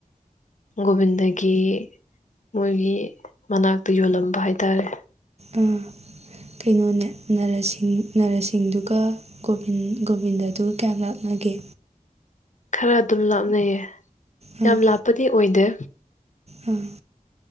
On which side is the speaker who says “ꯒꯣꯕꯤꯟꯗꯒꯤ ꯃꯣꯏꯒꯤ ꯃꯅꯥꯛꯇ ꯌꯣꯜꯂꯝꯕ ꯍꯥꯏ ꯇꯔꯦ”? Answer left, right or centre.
Left